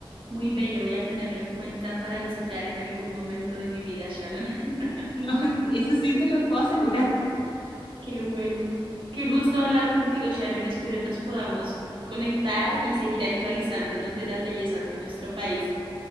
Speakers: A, on the right; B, on the left.
A: muy bello. Voy a tenerlo en cuenta para visitar en algún momento de mi vida, Sharon. <laughs>
B: <laughs> No, sí, eso sí te lo puedo asegurar.
A: Qué bueno. Qué gusto hablar contigo, Sharon. Espero nos podamos conectar y seguir actualizándonos de las bellezas de nuestro país.